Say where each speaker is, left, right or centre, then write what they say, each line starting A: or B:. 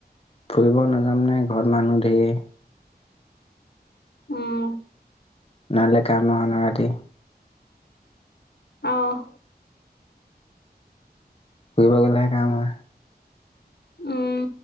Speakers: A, on the left (about 35°); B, on the left (about 75°).
A: ফুৰিব নাযাম নে ঘৰত মানুহ ধেৰ
B: উম
A: নহলে কাম নহয় নহয় ৰাতি
B: আহ
A: ফুৰিব গলেহে কাম হয়।
B: উম